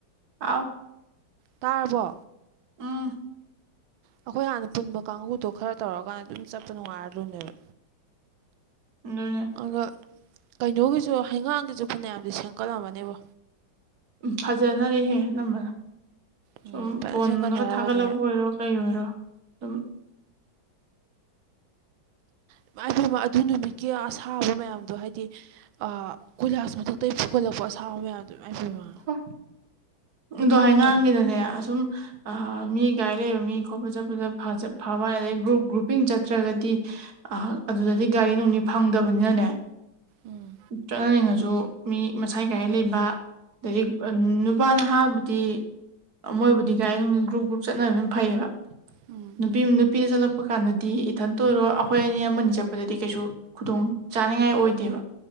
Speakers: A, on the right; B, on the right.
A: ꯑꯥꯎ
B: ꯇꯥꯔꯕꯣ
A: ꯎꯝ
B: ꯑꯩꯈꯣꯏ ꯍꯥꯟꯅ ꯄꯨꯟꯕ ꯀꯥꯡꯕꯨꯗꯣ ꯈꯔ ꯇꯧꯔꯀꯥꯟꯗ ꯑꯗꯨꯝ ꯆꯠꯄ ꯅꯨꯡꯉꯥꯏꯔꯗꯣꯏꯅꯦꯕ
A: ꯑꯗꯨꯨꯅꯦ
B: ꯑꯗꯣ ꯀꯩꯅꯣꯒꯤꯁꯨ ꯍꯩꯉꯥꯡꯒꯤꯁꯨ ꯐꯅꯌꯥꯝꯗꯤ ꯁꯦꯝꯀꯠꯂꯝꯃꯅꯦꯕꯣ
A: ꯎꯝ ꯐꯖꯅꯔꯦꯍꯦ ꯑꯅꯝꯕꯅ
B: ꯎꯝ
A: ꯁꯨꯝ
B: ꯐꯖꯅ
A: ꯐꯣꯟꯗꯒ
B: ꯁꯦꯝꯒꯠꯅꯔꯝꯃꯅꯦ
A: ꯊꯥꯒꯠꯂꯛꯄ ꯑꯣꯏꯔꯣ ꯀꯩ ꯑꯣꯏꯔꯣ ꯑꯗꯨꯝ
B: ꯏꯃꯥꯏ ꯄꯦꯝꯃꯥ ꯑꯗꯨ ꯅꯨꯃꯤꯠꯀꯤ ꯑꯁꯥꯕ ꯃꯌꯥꯝꯗꯣ ꯍꯥꯏꯗꯤ ꯑꯥ ꯀꯣꯏꯂꯥꯁ ꯃꯊꯛꯇꯩ ꯐꯨꯒꯠꯂꯛꯄ ꯑꯁꯥꯕ ꯃꯌꯥꯝꯗꯣ ꯏꯃꯥꯏꯄꯦꯝꯃ
A: ꯍ ꯑꯗꯣ ꯍꯩꯉꯥꯡꯒꯤꯗꯅꯦ
B: ꯍꯧ
A: ꯑꯁꯨꯝ ꯃꯤ ꯒꯔꯤ ꯂꯩꯕ ꯃꯤ ꯈꯣꯠꯄ ꯆꯠꯄꯗ ꯐꯖꯥ ꯑꯗꯩ ꯒ꯭ꯔꯨꯞ ꯒ꯭ꯔꯨꯄꯤꯡ ꯆꯠꯇ꯭ꯔꯒꯗꯤ ꯑ ꯑꯗꯨꯗꯗꯤ ꯒꯥꯔꯤ ꯅꯨꯡꯂꯤ ꯐꯪꯗꯕꯅꯤꯅꯅꯦ
B: ꯎꯝ
A: ꯆꯠꯅꯅꯤꯡꯉꯁꯨ ꯃꯤ ꯃꯁꯥꯥꯏ ꯒꯔꯤ ꯂꯩꯕ ꯑꯗꯒꯤ ꯅꯨꯄꯥ ꯅꯍꯥꯕꯨꯗꯤ ꯃꯣꯏꯕꯨꯗꯤ ꯒꯥꯏꯔꯤ ꯅꯨꯡꯂꯤ ꯒ꯭ꯔꯨꯞ ꯒ꯭ꯔꯨꯞ ꯆꯠꯅꯒꯤꯝꯅ ꯐꯩꯌꯦꯕ
B: ꯎꯝ
A: ꯅꯨꯄꯤ ꯅꯨꯄꯤꯗ ꯆꯠꯂꯛꯄ ꯀꯥꯟꯗꯗꯤ ꯏꯊꯟꯇ ꯑꯣꯏꯔꯣ ꯑꯩꯈꯣꯏ ꯑꯅꯤ ꯑꯃꯅꯤ ꯆꯠꯄꯗꯗꯤ ꯀꯩꯁꯨ ꯈꯨꯗꯣꯡ ꯆꯥꯅꯤꯡꯉꯥꯏ ꯑꯣꯏꯗꯦꯕ